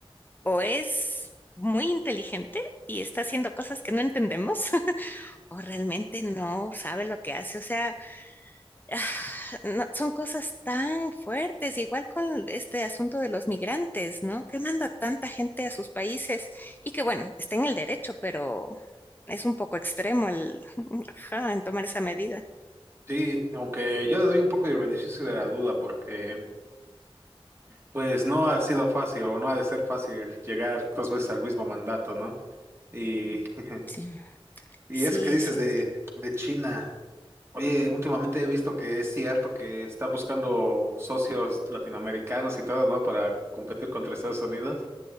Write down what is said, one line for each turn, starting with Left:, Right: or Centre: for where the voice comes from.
Left: o es muy inteligente y está haciendo cosas que no entendemos, <laughs> o realmente no sabe lo que hace. O sea, <sighs> ah, no- son cosas tan fuertes, igual con este asunto de los migrantes, ¿no? Que manda tanta gente a sus países y que bueno, está en el derecho, pero es un poco extremo el, <laughs> ajá, en tomar esa medida.
Right: Sí, aunque yo le doy un poco de beneficio de la duda porque pues no ha sido fácil o no ha de ser fácil llegar dos veces al mismo mandato, ¿no? Y, <laughs>
Left: Sí,
Right: y
Left: sí,
Right: eso que dices
Left: es cierto.
Right: de, de China. Oye, últimamente he visto que es cierto que está buscando socios latinoamericanos y todo, ¿no? Para competir contra Estados Unidos.